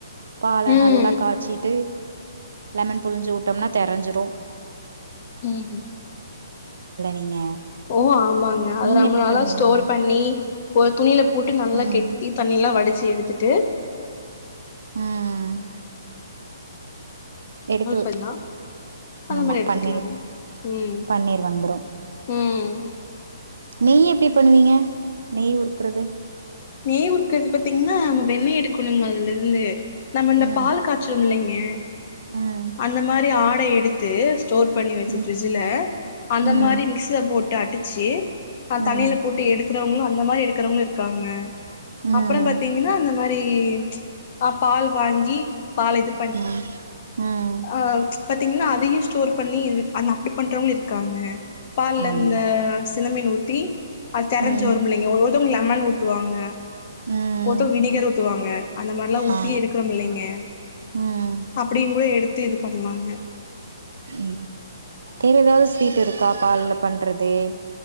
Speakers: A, on the right; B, on the left.
A: பால
B: ம்
A: நல்லா காய்ச்சிட்டு லெமன் புழிஞ்சு உட்டோம்னா தெரஞ்சிரும்
B: ம் ம்
A: நீங்க
B: ஓ ஆமாங்க அதது
A: நீங்க
B: நம்மளாலா
A: எப்டி பண்ணுவீங்க
B: ஸ்டோர் பண்ணி ஒரு துணில போட்டு நல்லா
A: ம்
B: கெட்டி தண்ணியலாம் வடிச்சு எடுத்துட்டு
A: ம் எடுத்து
B: சொன்னா அந்த
A: ஆமா
B: மாரி எடுத்துக்கலாங்க
A: பன்னீர்
B: ம்
A: பன்னீர் வந்துரும்
B: ம்
A: நெய் எப்டி பண்ணுவீங்க நெய் உறுக்குறது
B: நெய் உருக்குறது பாத்தீங்ன்னா நம்ம வெண்ணெய் எடுக்கணுங்க அதுல இருந்து நம்ம இந்த
A: ம்
B: பால் காய்ச்சிறோம்ல்லைங்க
A: ம்
B: அந்த மாரி ஆடை எடுத்து ஸ்டோர் பண்ணி வெச்சு
A: ம்
B: ஃபிரிட்ஜ்ல அந்த
A: ம்
B: மாரி மிக்சில போட்டு அடிச்சு ஆ
A: ம்
B: தண்ணில போட்டு எடுக்குறவங்களும் அந்த மாரி எடுக்குறவங்களும் இருக்காங்க
A: ம்
B: அப்றோம் பாத்தீங்ன்னா அந்த மாரி ஆ பால் வாங்கி பால் இது
A: ம் ம்
B: ஹ பாத்தீங்ன்னா அதயும் ஸ்டோர் பண்ணி அந்த அப்டி பண்றவங்களும் இருக்காங்க பால்ல
A: ஆமா
B: இந்த சிலமீன் ஊத்தீ அது தெரஞ்சி
A: ம்
B: வரும் இல்லிங்க ஒருத்தவங்க லெமன் ஊத்துவாங்க
A: ம்
B: ஒருத்தர் வினிகர் ஊத்துவாங்க அந்த மாரிலாம் ஊத்தி
A: ஆ
B: எடுக்குறோம் இல்லிங்க
A: ம்
B: அப்டியும் போய் எடுத்து இது பண்ணுவாங்க
A: ம் வேற ஏதாவது ஸ்வீட் இருக்கா பால்ல பண்றது